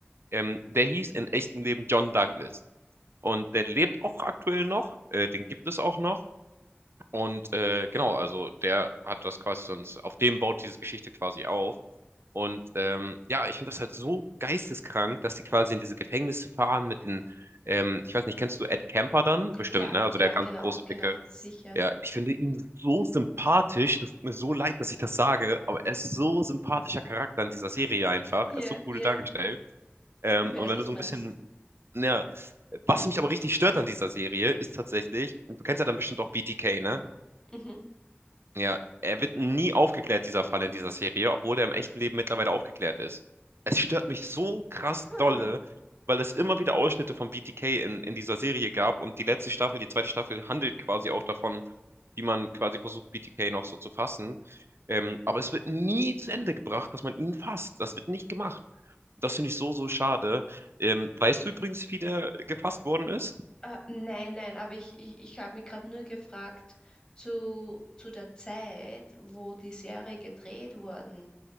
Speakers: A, on the right (about 70°); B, on the left (about 15°).
A: ähm, der hieß in echtem Leben John Douglas. Und der lebt auch aktuell noch, äh, den gibt es auch noch. Und äh, genau, also der hat das quasi sonst, auf dem baut diese Geschichte quasi auf. Und ähm, ja, ich finde das halt so geisteskrank, dass die quasi in diese Gefängnisse fahren mit den, ähm, ich weiß nicht, kennst du Ed Kemper dann? Bestimmt,
B: Ja,
A: ne? Also
B: ja,
A: der ganz
B: genau,
A: große,
B: genau,
A: dicke.
B: sicher.
A: Ja, ich finde ihn so sympathisch. Das tut mir so leid, dass ich das sage, aber er ist so sympathischer Charakter in dieser Serie einfach.
B: Ja,
A: Er ist so cool
B: ja,
A: dargestellt. Ähm,
B: ich weiß,
A: und wenn
B: was
A: du so
B: du
A: ein
B: meinst.
A: bisschen, ja, was mich aber richtig stört an dieser Serie, ist tatsächlich, du kennst ja dann bestimmt auch BTK, ne?
B: Mhm.
A: Ja, er wird nie aufgeklärt, dieser Fall in dieser Serie, obwohl er im echten Leben mittlerweile aufgeklärt ist. Es stört mich so krass
B: Hm.
A: dolle, weil es immer wieder Ausschnitte von BTK in, in dieser Serie gab und die letzte Staffel, die zweite Staffel, handelt quasi auch davon, wie man quasi versucht, BTK noch so zu fassen. Ähm, aber es wird nie zu Ende gebracht, dass man ihn fasst. Das wird nicht gemacht. Das finde ich so, so schade. Ähm, weißt du übrigens, wie der gefasst worden ist?
B: Äh, nein, nein, aber ich, ich, ich habe mich gerade nur gefragt zu, zu der Zeit, wo die Serie gedreht worden